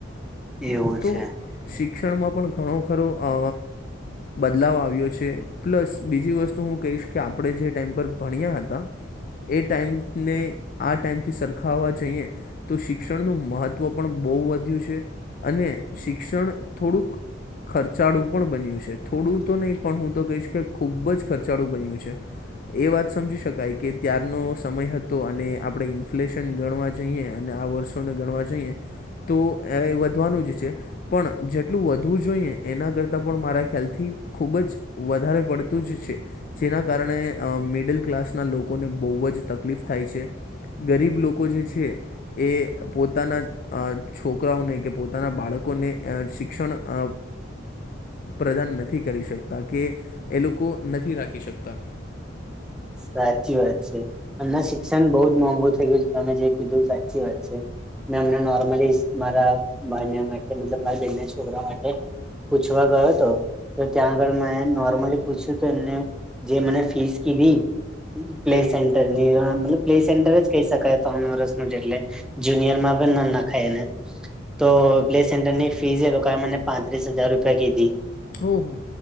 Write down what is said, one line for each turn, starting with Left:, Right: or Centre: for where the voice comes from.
Centre: એવું
Left: તો
Centre: છે.
Left: શિક્ષણમાં પણ ઘણું ખરું અ બદલાવ આવ્યો છે પ્લસ બીજી વસ્તુ હું કહીશ કે આપણે જે ટાઈમ પર ભણ્યા હતા એ ટાઈમને આ ટાઈમથી સરખાવવા જઈએ તો શિક્ષણનું મહત્ત્વ બો વધ્યું છે અને શિક્ષણ થોડુંક ખર્ચાળું પણ બન્યું છે થોડું તો નહીં પણ હું તો કહીશ કે ખૂબ જ ખર્ચાળું બન્યું છે. એ વાત સમજી શકાય કે ત્યારનો સમય હતો અને આપણે ઇન્ફ્લેશન ગણવા જઈએ અને આ વર્ષોને ગણવા જઈએ તો એ વધવાનું જ છે. પણ જેટલું વધવું જોઈએ એના કરતાં પણ મારા ખ્યાલથી ખૂબ જ વધારે પડતું જ છે. જેના કારણે અ મિડલ ક્લાસના લોકોને બઉ જ તકલીફ થાય છે ગરીબ લોકો જે છે એ પોતાના અ છોકરાઓને કે પોતાના બાળકોને અ શિક્ષણ અ પ્રદાન નથી કરી શકતા કે એ લોકો નથી રાખી શકતા.
Centre: સાચી વાત છે અને શિક્ષન બઉ જ મોંઘુ થઈ ગયું છે તમે જે કીધું સાચી વાત છે. મેં અમને નોર્મલી મારા ભાઈના મતલબ મારી બેન છોકરા માટે પૂછવા ગયો હતો તો ત્યાં આગળ મેં નોર્મલી પૂછ્યું તું એમને જે મને ફીસ કીધી પ્લે સેન્ટરની મતલબ પ્લે સેન્ટર જ કહી શકાય ત્રન વરસનું જ એટલે જુનીયરમાં પન ન નખાય એને તો પ્લે સેન્ટરની ફીસ એલોકો એ મને પાંત્રીસ હજાર રૂપિયા કીધી.
Left: ઓહો!